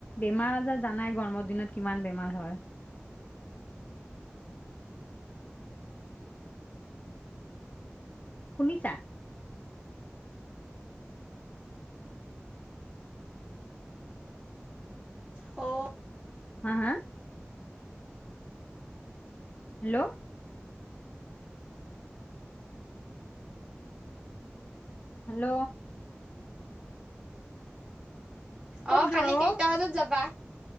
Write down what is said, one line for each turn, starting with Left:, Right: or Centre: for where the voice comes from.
Left: বেমাৰ-আজাৰ জানাই গৰমৰ দিনত কিমান বেমাৰ হয়। শুনিছা?
Right: অ
Left: হা! হা! হেল্ল'। হেল্ল'। ক'ত
Right: অহ',
Left: যোৱা
Right: কালি কেইটা
Left: অ
Right: বজাত যাবা?